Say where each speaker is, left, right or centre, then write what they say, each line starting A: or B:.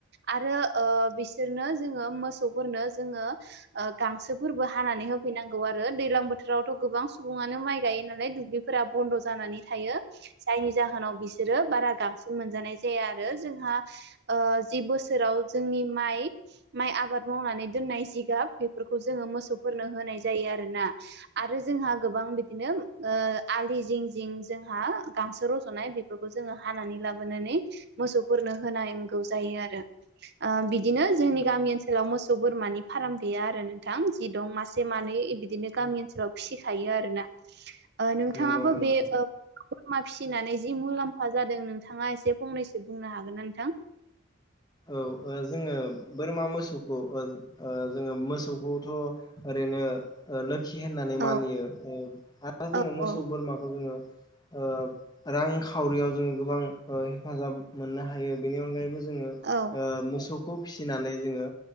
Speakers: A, on the right; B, on the left.
A: आरो ओ बिसोरनो जोङो मोसौफोरनो जोङो ओ गांसोफोरबो हानानै फैनांगौ आरो दैज्लां बोथोरावथ' गोबां सुबुङानो माइ गायो नालाय दुब्लिफोरा बन्द' जानानै थायो जायनि जाहोनाव बिसोरो बारा गांसो मोनजानाय जाया आरो जोंहा ओ जि बोसो राव जोंनि माइ माइ आबाद मावनानै दोननाय जिगाब बेफोरखौ जोङो मोसौफोरनो होनाय जायो आरोना आरो जोंहा गोबां बिदिनो आलि जिं जिं जोंहा गांसो रज'नाय बेफोरखौ जोङो हानानै लाबोनानै मोसौफोरनो होनांगौ जायो आरो ओ बिदिनो जोंनि गामि ओनसोलाव मोसौ बोरमानि फार्म गैया आरो नोंथां जि दं मासे मा नै बिदिनो गामि ओनसोलाव फिसिखायो आरोना ओ नोंथाङाबो
B: नंगौ नंगौ
A: बे ओ बोरमा फिसिनानै जि मुलाम्फा जादों नोंथाङा एसे फंनैसो बुंनो हागोन ना नोंथां
B: ओ ओ जोङो बोरमा मोसौखौ ओद ओ जोङो मोसौखौथ' ओरैनो ओ लोखि होननानै
A: औ
B: मानियो ओ आरो जोङो
A: औ
B: मोसौ
A: औ
B: बोरमाखौ जोङो ओ रांखावरियाव जोङो गोबां ओ हेफाजाब मोननो हायो बेनि अनगायैबो जोङो
A: औ
B: ओ मोसौखौ फिसिनानै जोङो